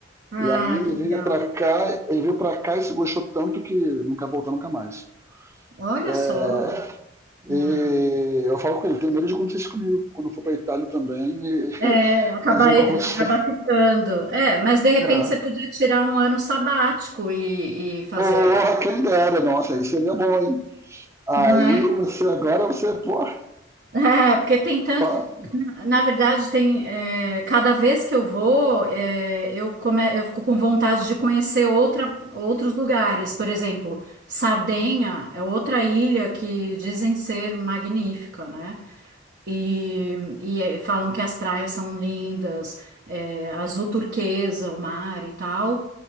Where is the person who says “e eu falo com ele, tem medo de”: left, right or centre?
Right